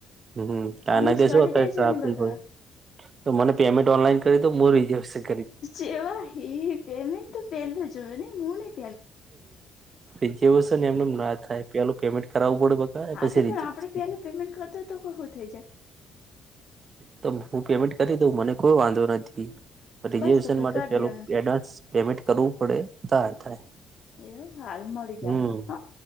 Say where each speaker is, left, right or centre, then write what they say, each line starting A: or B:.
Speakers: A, on the right; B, on the left.
A: હ
B: તમે
A: આના
B: જ
A: કે
B: કરી
A: શું ટ્રાફિક
B: દેજો ને બકા
A: હોય. તો મને પેમેન્ટ ઓનલાઈન કરી તો હું રિઝર્વશન.
B: જેવા હ પેમેન્ટ તો પહેલો જો હો ન મ.
A: રિઝર્વેશન એમનેમ ના થાય પેલું પેમેન્ટ કરાવવું બકા
B: હા
A: પડે પછી
B: તો પણ
A: રિઝર્વેશન
B: આપડે પેલું પેમેન્ટ કર દ હોય તો કું થઈ જાય.
A: તો હું પેમેન્ટ કરી દઉં મને કોઈ વાંધો નથી. રીઝર્વેશન
B: બસ તો પહી
A: માટે
B: કરી
A: પેલ
B: દેવાનું
A: એડવાન્સ પેમેન્ટ કરવું પડે થ થાય.
B: એવ હાલ મળી જશે.
A: હમ
B: હ